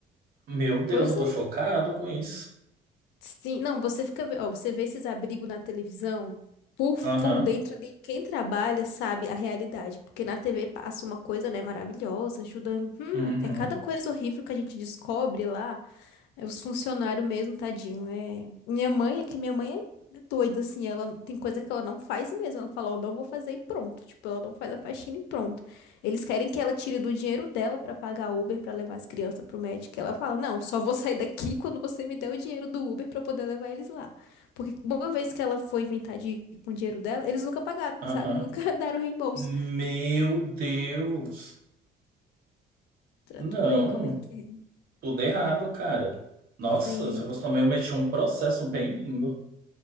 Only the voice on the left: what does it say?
pois
é.
Sim, não, você fica. ve- Ó, você vê esses abrigos na televisão. Por,
por dentro ali, quem trabalha sabe a realidade. Porque na TV passa uma coisa, né, maravilhosa, ajudando. Hum,
é cada coisa horrível que a gente descobre lá. É os funcionários mesmo, tadinho. É... Minha mãe, é que minha mãe é doida, assim, ela tem coisa que ela não faz mesmo. Ela fala, ó, não vou fazer e pronto. Tipo, ela não faz a faxina e pronto. Eles querem que ela tire do dinheiro dela pra pagar Uber pra levar as crianças pro médico. Ela fala, não, só vou sair daqui quando você me der o dinheiro do Uber pra eu poder levar eles lá. Porque uma vez que ela foi inventar de ir com o dinheiro dela, eles nunca pagaram,
sabe? Nunca <laughs> deram reembolso.
Pra
tu ver como é que é.
Sim.